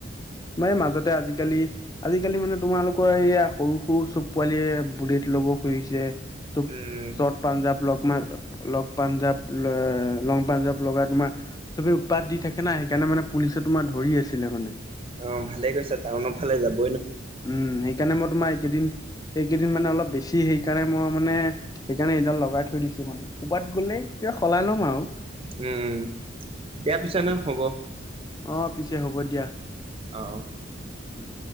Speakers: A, on the left; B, on the right.
A: ম মাজতে আজিকালি আজিকালি মানে তোমালোকৰ এইয়া সৰু সৰু চব পোৱালিয় বুল খ
B: উম
A: পঞ পাঞ্ এ লং পাঞ্জাৰ লগাই তোমাৰ চবে উৎপাত দি থাকে না সেইকাৰণে মানে পুলিচে তোমাৰ ধৰি আছিলে মানে
B: অ ভালে গৈছা টাউনৰ ফালে যাব
A: উম সেইকাৰণে মই তোমাৰ এইকেইদিন এইকেইদিন মানে অলপ বেছি সেইকাৰণে মই মানে সেইকাৰণে এইডাল লগাই থৈ দিছো মানে ক'ৰবাত গ'লে এতিয়া সলাই লম আৰু
B: উম দিয়া পিছে ন হ'ব অ
A: অ পিছে হ'ব দিয়া
B: আহ
A: উম